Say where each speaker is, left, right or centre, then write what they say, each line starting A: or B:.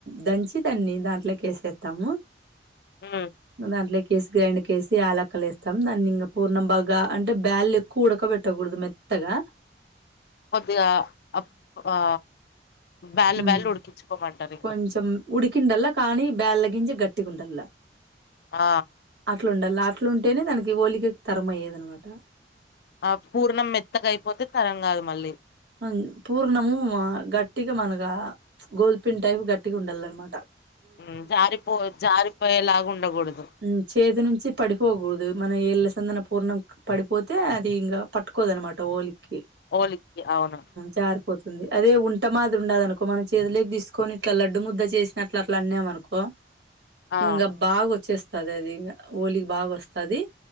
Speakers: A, on the right; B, on the left.
A: దంచి దాన్ని దాంట్లోకి ఏసేస్తాము
B: ఊ
A: దాంట్లో వేసి గ్రైండ్కేసి ఆలక్కలేేస్తాం దాన్ ఇంకా పూర్ణం బాగా అంటే బ్యాల్ ఎక్కువ ఉడకబట్టకూడదు మెత్ త్తగా
B: కొద్దిగా అప్ ఆ బ్యాల్
A: ఉమ్
B: బ్యాలు ఉడికించుకోమంటారు ఇంకా
A: కొంచెం ఉడికిండల్లా కానీ బేల్ల గింజ గట్టిగా ఉండల
B: ఆ
A: అట్లా ఉండాలి అట్లుంటేనే దానికి ఓలిక తరం అయ్యేద అనమాట
B: ఆ పూర్ణం మెత్తక అయిపోతే తరం కాదు మళ్ళీ
A: అన్ పూర్ణము గట్టిగా మనగా ప్చ్ గోధుపిం టైపు గట్టిగా ఉండాల అనమాట
B: ఊ జారిపో జారిపోయేలాగా ఉండకూడదు
A: ఊ చేతి నుంచి పడిపోకూడదు మన ఏళ్ళ సందన పూర్ణం పడిపోతే అది ఇంకా పట్టుకోదు అనమాట ఓలికి
B: ఓలికి అవును
A: జారిపోతుంది అదే ఉంట మాదిరి ఉండదు అనుకో మనం చేతిలోకి తీసుకొని ఇట్లా లడ్డు ముద్ద చేసినట్లు అట్లా అన్నామనుకో
B: ఆ
A: ఇంకా బాగా వచ్చేస్తది అది ఇంకా ఓలికి బాగా వస్తది